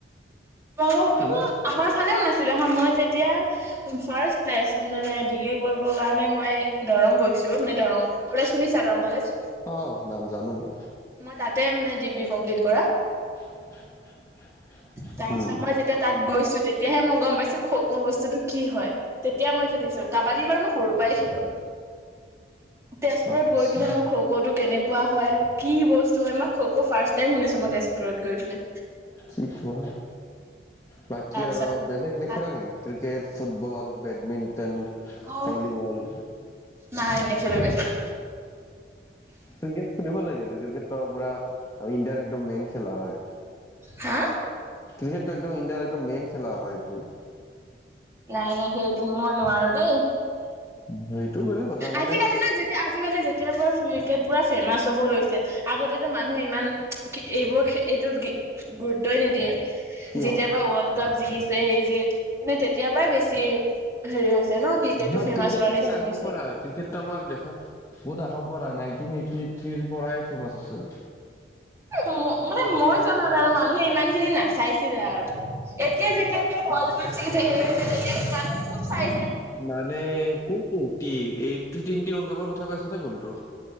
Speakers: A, on the right; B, on the left.
A: তোমালোক উম,
B: আমাৰ
A: আমাৰফালেও নাছিলে হা, মই যেতিয়া ফাৰ্ষ্ট টেষ্ট নে ডিগ্ৰী কৰিবৰ কাৰণে মই দৰং গৈছোঁ, মানে দৰং কলেজ শুনিছা, দৰং কলেজ?
B: অ' নাম জানো মই।
A: মই তাতে মানে ডিগ্ৰী কমপ্লিট কৰা।
B: <inaudible>
A: তাৰপিছত
B: উম
A: মই যেতিয়া তাত গৈছোঁ, তেতিয়াহে মই গম পাইছোঁ খ খ বস্তুটো কি হয়। তেতিয়া মই খেলিছো, কাবাডী বাৰু মই সৰুৰ পৰাই খেলো। তেজপুৰত
B: আচ্ছা
A: গৈ পিনে মই খৌ ক'তো কেনেকুৱা হয়, কি বস্তু হয়, মই খৌক' ফাৰ্ষ্ট টাইম শুনিছত মই তেজপুৰত গৈ পিনে।
B: যি কোৱা, বাকী
A: তাৰপিছত
B: আৰু বেলেগ নেখেলা
A: তাত
B: নেকি? ক্ৰিকেট, ফুটবল, বেডমিণ্টন,
A: অ'
B: ভলীবল।
A: নাই, নেখেলো নেখেলো।
B: ক্ৰিকেট খেলিব লাগেটো, ক্ৰিকেটো পুৰা ইণ্ডিয়াৰ একদম মেইন খেলা হয়।
A: হা?
B: ক্ৰিকেটটো একদম ইণ্ডিয়াৰ একদম মেইন খেলা হয় এইটো।
A: নাই, নাই সেইটো মই নোৱাৰো দেই।
B: সেইটো বেলেগ কথা মানে
A: আজিকালি যে যেতিয়া আজিকালি যেতিয়াৰপৰা ক্ৰিকেট পুৰা ফেমাচ হ'ব লৈছে, আগতেতো মানুহে ইমান কি এইবোৰক, এইটোত কি গুৰুত্বই নিদিয়ে,
B: কিহত
A: যেতিয়াপৰা ৱৰ্ল্ড কাপ জিকিছে, হেৰি জি মানে তেতিয়াৰ পৰাই বেছি হেৰি হৈছে ন'? ক্ৰিকেটটো
B: মই
A: ফেমাচ
B: ক্ৰিকেট
A: হোৱাৰ
B: কিন্তু
A: নিচিনা
B: আগৰপৰাই।
A: হৈছে।
B: ক্ৰিকেটটো আমাৰ দেশত বহুত আগৰ পৰাই, নাইনটিন এইটি থ্ৰীৰ পৰাই ফেমাচ হৈছিল।
A: উম, ম মানে মই জনাত আৰু মানুহে ইমানখিনি নাচাইছিলে আৰু। এতিয়া যেতিয়া পৰা ৱৰ্ল্ড কাপ জিকিছে হে, তেতিয়া মানুহে খুব চাই।
B: মানে কোনটো? টি এই টি টুৱেণ্টি ৱৰ্ল্ড কাপৰ কথা কৈ আছা নে কোনটো?